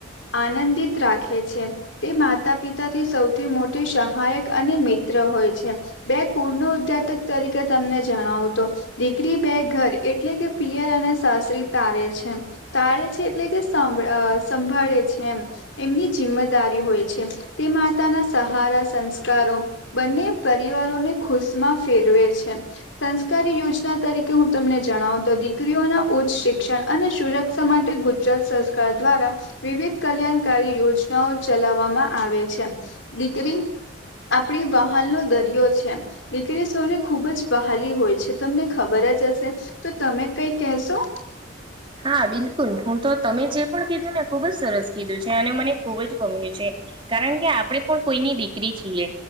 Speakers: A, on the left; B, on the right.
A: આનંદિત રાખે છે તે માતા પિતાથી સૌથી મોટી સહાયક અને મી ત્ર હોય છે બે કુળ નું ઉધ્યાત તરીકે તમને જણાવું તો દીકરી બે ઘર એટલે કે પિયર અને સાસરી તારે છ એમ તાળે છે એટલે કે સામ્ભ સંભાળે છે એમ એમની જિમ્મેદારી હોય છે તે માતાના સહારા સંસ્કારો બંને પરિવારોને ખુશમાં ફેરવે છે સંસ્કારી યોજના તરીકે હું તમને જણાવ તો દીકરીઓના ઉચ્ચ શિક્ષ અને સુરક્ષા માટે ગુજરાત સરકાર દ્વારા વિવિધ કલ્યાણકારી યોજનાઓ ચલાવ વામાં આવે છે દીકરી આપડી વાહન નો દરિયો છે દી કરી સૌને ખુબ જ બહાલી હોય છે તમને ખબર જ હશે તો તમે કઈ કહેશો? <inaudible>
B: હા બિલકુલ હું તો તમે જે પણ કીધું ને ખુબ જ સરસ કીધું છે અને મને ખૂબ જ ગમ્યું છે કારણ કે આપણે પણ કોઈની દીકરી છીએ